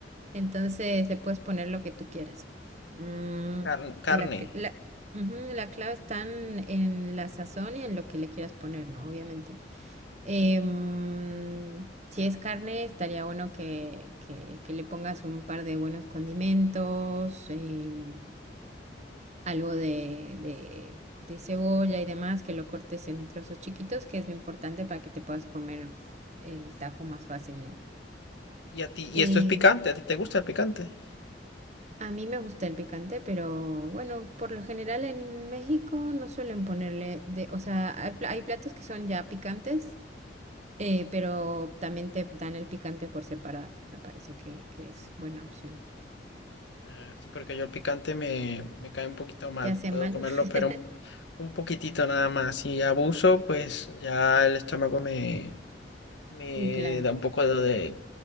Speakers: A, on the right; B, on the left.
A: Entonces le puedes poner lo que tú quieras. Mm,
B: Carn- carne.
A: la, cl- la, ujú, la clave está en en la sazón y en lo que le quieras poner, ¿no? Obviamente. Em, si es carne, estaría bueno que, que- que le pongas un par de buenos condimentos, em, algo de, de- de cebolla y demás, que lo cortes en trozos chiquitos, que es lo importante para que te puedas comer el taco más fácil, ¿no?
B: Y a ti, y
A: Eh,
B: esto es picante, ¿a ti te gusta el picante?
A: a mí me gusta el picante, pero bueno, por lo general en México no suelen ponerle de, o sea, hay, pla- hay platos que son ya picantes Eh, pero también te dan el picante por separado. Me parece que, que es buena opción.
B: Ah, sí, porque yo el picante me, me cae un poquito mal.
A: ¿Te hace
B: Puedo
A: mal?
B: comerlo,
A: <laughs>
B: pero un, un poquitito nada más. Si abuso, pues ya el estómago me, me
A: Claro.
B: da un poco de,